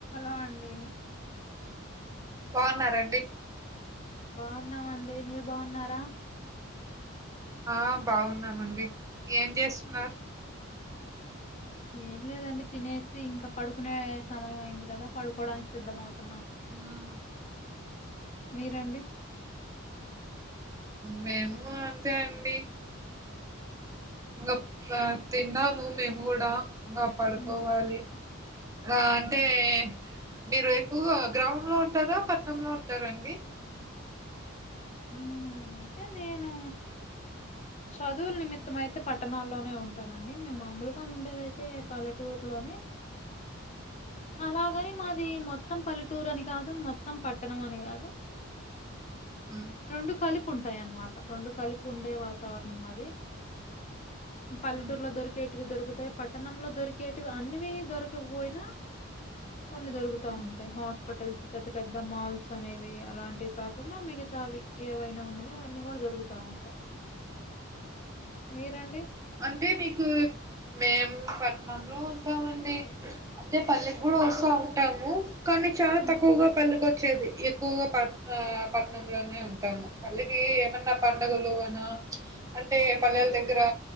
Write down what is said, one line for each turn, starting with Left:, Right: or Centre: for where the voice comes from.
Left: నో అండి
Right: బాఉన్నారండి
Left: బాఉన్నామండి మీర్ బాఉన్నరా
Right: ఆ బాఉన్నామండి ఏం జేస్తున్నర్
Left: ఏం లేదండి తినేసి ఇంకా పడుకునే యే సమయం అయింది కదా పడుకోడానికి సిద్ధ మౌతున్నాం
Right: ఉమ్
Left: మీరండి
Right: మేము అంతే అండి గప్ప తిన్నాము మేము గూడా ఇంగ పడుకోవాలి
Left: ఉమ్,
Right: గా అంటే
Left: ఉమ్,
Right: మీర్ ఎక్కుగా గ్రామంలో ఉంటారా పట్నమ్ లో ఉంటారండి
Left: ఆ అంటే నేను చదువుల నిమిత్తం అయితే పట్టణాల్లోనే ఉంటానండి మేము మామూలుగా ఉండేదైతే పల్లెటూరులోనే అలాగని మాది మొత్తం పల్లెటూరు అని కాదు మొత్తం పట్టణం అని కాదు
Right: మ్మ్.
Left: రెండు కలిపి ఉంటాయి అన్నమాట రెండు కలిపి ఉండే వాతావరణం మాది పల్లెటూరులో
Right: మ్మ్.
Left: దొరికేటివి దొరుకు పట్టణంలో దొరికేటివి అన్ని దొరకకాపోయినా కొన్ని దొరుకుతా
Right: మ్మ్.
Left: ఉంటాయి హాస్పిటల్స్ పెద్ద పెద్ద మాల్స్ అనేవి అలాంటివి కాకుండా మి మిగతావి ఏవైనా ఉన్నాయో అవన్నీ కూడా దొరుకుతా ఉంటాయి మీరండి
Right: అంటే మీకు మేము పట్నంలో ఉంటామండి అంటే పల్లెకి కూడా వస్తా ఉంటాము కానీ కానీ చాలా
Left: హ్మ్.
Right: తక్కువగా పల్లెకి వచ్చేది ఎక్కువగా పట్ పట్నంలోనే ఉంటాము పల్లెకి ఏమన్నా పండగలు అయిన అంటే పల్లెల దగ్గర